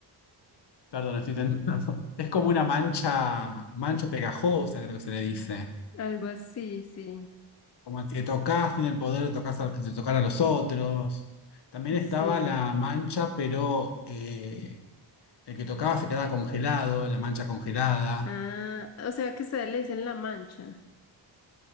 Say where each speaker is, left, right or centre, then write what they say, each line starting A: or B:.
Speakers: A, on the left; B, on the left.
A: perdón, estoy tentado. <laughs> Es como una mancha, mancha pegajosa, creo que se le dice.
B: <laughs> Algo así, sí,
A: Como que tocas, tiene el poder de tocar de tocar a los otros. También
B: sí.
A: estaba la mancha, pero eh, el que tocaba se quedaba congelado, la mancha congelada.
B: Ah, o sea que ustedes le dicen la mancha.